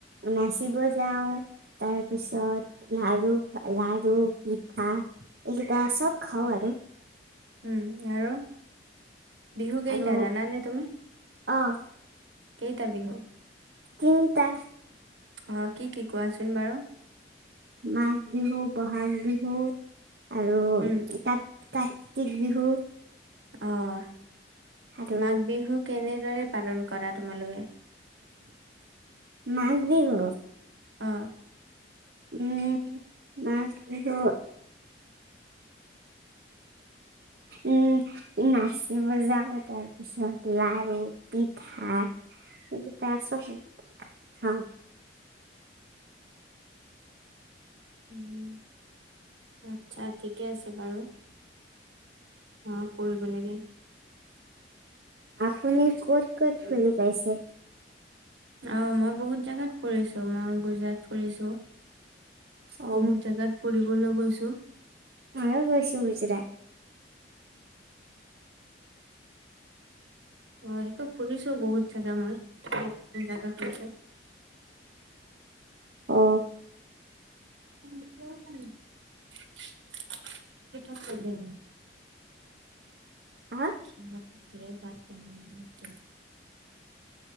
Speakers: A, on the right; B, on the right.
A: নাচিব যাওঁ। তাৰ পিছত লাৰু লাৰু পিঠা। এইকেইটা সব খাওঁ আৰু।
B: উম আৰু বিহু কেইটা
A: আৰু
B: জানানে তুমি।
A: অ'
B: কেইটা বিহু
A: তিনিটা।
B: অ কি কি কোৱাচোন বাৰু।
A: মাঘ বিহু, বহাগ বিহু আৰু
B: উম
A: তাত কাতিক বিহু।
B: আহ
A: আৰু
B: মাঘ বিহু কেনেদৰে পালন কৰা তোমালোকে।
A: মাঘ বিহু।
B: অ।
A: উম মাঘ বিহু। উ। <unintelligible> উম নাচিব যাওঁ তাৰ পিছত লাৰু পিঠা। সেইকেইটা আছো খাওঁ।
B: উম আচ্ছা ঠিকে আছে বাৰু। অহ কৰিব লাগে।
A: আপুনি ক'ত ক'ত ফুৰি পাইছে।
B: আহ মই বহুত জাগাত ফুৰিছো মই গুজৰাট ফুৰিছো।
A: অ
B: বহুত জেগাত ফুৰিবলৈ গৈছো।
A: মই গৈছো গুজৰাট।
B: অ সেইটো ফুৰিছো। বহুত জোগা মই ফুৰিছো।
A: অ।
B: <unintelligible> ঠিক কৰিলে।
A: হা
B: ঘিলা পিথা বাদ পানেতে।